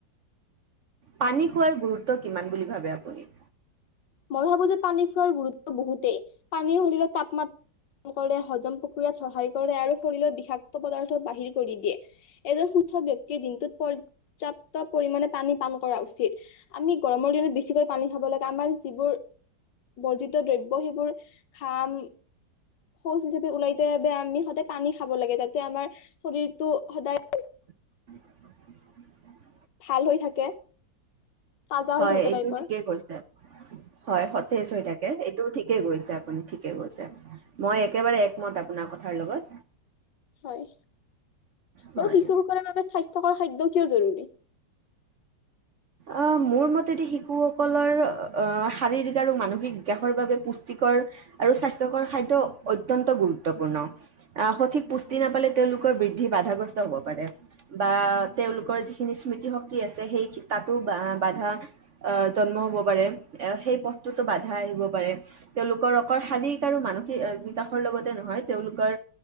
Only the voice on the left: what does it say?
মই ভাবো যে পানী খোৱাৰ গুৰুত্ব বহুতেই পানী সৰিলে তাপমাত কৰে হজম পক কুৰাত সহায় কৰে আৰু শৰীৰৰ বিষাক্ত পদাৰ্থ বাহিৰ কৰি দিয়ে। এজন সুস্থ ব্যক্তিৰ দিনটোত পৰ্যাপ্ত পৰিমাণে পানী পান কৰা উচিত। আমি গৰমৰ দিনত বেছিকৈ পানী খাব লাগে আমাৰ যিবোৰ বৰ্জিত দ্ৰব্য সেইবোৰ ঘাম শৌচ হিচাপে ওলাই যায় বেয়া আমি সদায় পানী খাব লাগে যাতে আমাৰ শৰীৰটো সদায়
ভাল হৈ থাকে। তাজা হৈ
থাকে
টাইপৰ
হয়
বাৰু শিশুসকলৰ বাবে স্বাস্থ্য থকাৰ খাদ্য কিয় জৰুৰী?